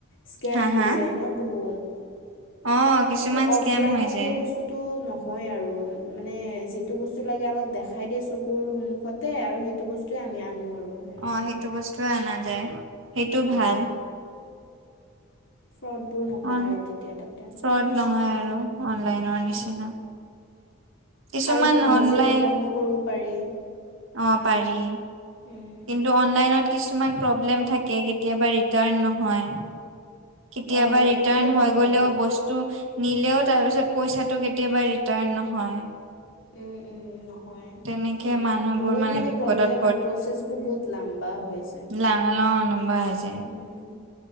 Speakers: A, on the left; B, on the right.
A: স্কেম
B: হা
A: হৈ
B: হা
A: যায় ন বহুত।
B: অ কিছুমান
A: কিন্তু অফলাইনত
B: স্কেম হৈ যায়
A: সেই বস্তু টো নহয় আৰু মানে যিটো বস্তু লাগে, আমাক দেখাই দিয়ে চকুৰ সন্মুখত তে আৰু সেইটো বস্তুৱে আমি আনো আৰু। সেনেকুৱা।
B: অঁ সেইটো বস্তুৱে অনা যায় সেইটো
A: উম।
B: ভাল।
A: ফ্ৰডবোৰ নহয়
B: অ
A: আৰু তেতিয়া তাতে
B: ফ্ৰড নহয় আৰু অনলাইনৰ নিচিনা
A: উম।
B: কিছুমান
A: আৰু সহজে
B: অনলাইন
A: ৰিটাৰ্ণো কৰিব পাৰি।
B: অ পাৰি
A: উম
B: কিন্তু অনলাইনত কিছুমান প্ৰব্লেম থাকে কেতিয়াবা ৰিটাৰ্ণ নহয়। কেতিয়াবা
A: অঁ
B: ৰিটাৰ্ণ
A: সেইটোতো নহয়েই
B: হৈ গলেও ব স্তু নিলেও তাৰ পিছত পইচাটো কেতিয়াবা ৰিটাৰ্ণ নহয়।
A: উম উম ন হয্যগ্ট
B: তেনেকে
A: হেনকা
B: মানুহবোৰ
A: বহুত মানে
B: বিপদত
A: প্ৰব্লেম আৰু প্ৰচেচ বোৰ বহুত লম্বা হৈ
B: লা ল লম্বাইছ।
A: উম